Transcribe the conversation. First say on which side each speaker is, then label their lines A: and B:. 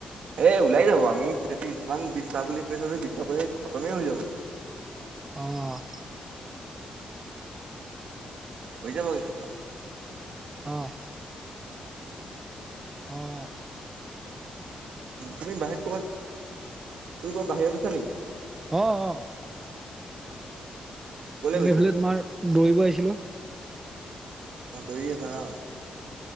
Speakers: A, on the right; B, on the right.
A: এ ওলাই যাব আমি গোট যিমান বিশ্বাস বুলি কৈছো বিশ্বাস কৰি খতমে হৈ যাব।
B: অহঁ।
A: হৈ যাবাগে কাত।
B: অহঁ। অহঁ।
A: তুমি বাহিৰত ক'বাত তুমি ক'বাত বাহিৰত আছা নেকি।
B: অ অ।
A: ক'লে গৈছা?
B: এইফালে তোমাৰ দৌৰিব আহিছিলো।
A: অ দুৰি আছা ন।